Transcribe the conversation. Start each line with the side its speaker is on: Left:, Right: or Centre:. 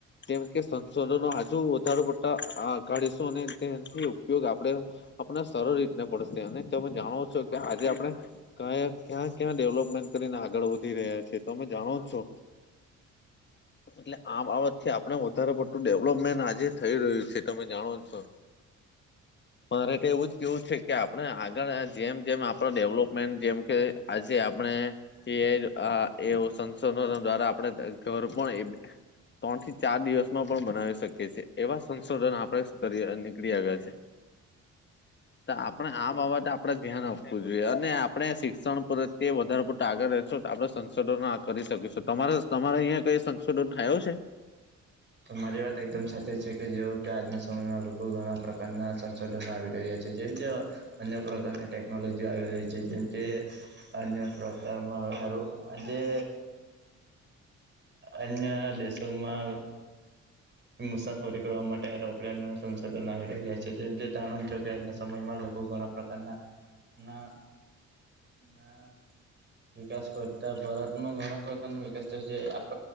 Left: કેમ કે સંશોધનો હજુ વધારે પડતા શ તેથી ઉપયોગ આપણે આપને સરળ રીતને પડશે અને તમે જાણો છો કે આજે આપણે કયા ક્યાં ક્યાં ડેવલપમેન્ટ કરીને આગળ વધી રહ્યા છે તમે જાણો છો એટલે આ બાબત થી આપડે વધારે પડતું ડેવલોપમેન્ટ આજે થઈ રહ્યું છે તમે જાણો છો મારે એવું જ કેવું છે કે આપણે આગળ જેમ જેમ આપણે ડેવલપમેન્ટ જેમ કે આજે આપણે એ એવ સંસદનો દ્વારા આપડ ઘર પણ ત્રણ થી ચાર દિવસમાં પણ બનાવી શકે છેએ એવા સં સડન આપડે કરી નીકળી આવ્યા છે તો આપણે આ બાબતે આપડે ધ્યાન આપવું જોઈએ અને આપણે શિક્ષણ પર તે વધારે પડતા આગળ રહેશ આપણે સંસદો કરી શકીશું તમારે તમારે અહં કઈ સંશોધન થાયું છે
Right: હ તો મારી વાત એકદમ સાચી છે કે જેઓ કે આજના સમયમાં લોકો ઘણા પ્રકારના સંશોધન આવી રહ્યા છે જેમ કે અન્ય પ્રકારની ટેકનોલોજી આવી રહી છે જેમ કે અન્ય પ્રકારમાં હારું આજે અન્ય દેશોમાં મુસાફરી કરવા માટે એરોપ્લેન આવી રહ્યા છે જેમ જે જાણ છો કે આજના સમયમાં લોકો ઘણા પ્રકારના ના ના વિકાસ કરતા ભારતમાં ઘણા પ્રકાર ન વિકાસ જે આપ